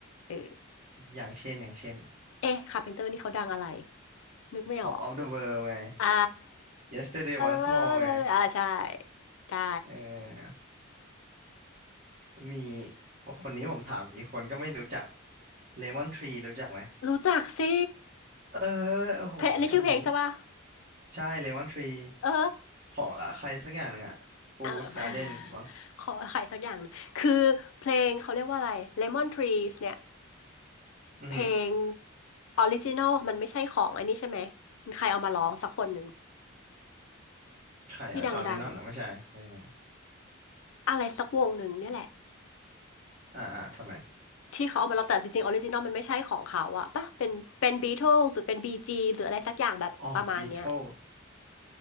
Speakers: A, on the left; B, on the right.
A: เออ
B: อย่างเช่นอย่างเช่น
A: เอ๊ะคาร์เพนเตอร์นี่เขาดังอะไรนึกไม่ออก
B: Pop of the World ไง
A: อ่า
B: Yesterday Once
A: อ่าใช่
B: More ไง
A: ได้
B: เออมีคนนี้ผมถามอีกคนก็ไม่รู้จัก Lemon Tree รู้จักไหม
A: รู้จักสิ
B: เออโอ้โหต้องอย่างนี้
A: เพลงอันนี้ชื่อเพลงใช่ป่ะ
B: ใช่ Lemon Tree
A: เออ
B: ของอ่ะใครสักอย่างหนึ่งอะ Fool's
A: เออ
B: Garden มั้ง
A: <laughs> ขอใครสักอย่างหนึงคือเพลงเขาเรียกว่าอะไร Lemon Trees เนี่ย
B: อือหือ
A: เพลงออริจินอลมันไม่ใช่ของอันนี้ใช่ไหมใครเอามาร้องสักคนหนึ่ง
B: ใครอะจอห์นเลนนอนอ่ะไม่ใช่ไม่ไม่
A: ที่ดังๆอะ อะไรสักวงหนึ่งเนี่ยแหละ
B: อ่าอ่าทำไม
A: ที่เขาเอามาแล้วแต่จริงๆออริจินอลมันไม่ใช่ของเขาอะป่ะเป็นเป็นบีทลหรือเป็นบีจีหรืออะไรสักอย่างแบบประมาณเนี้ย
B: อ๋อ Beatles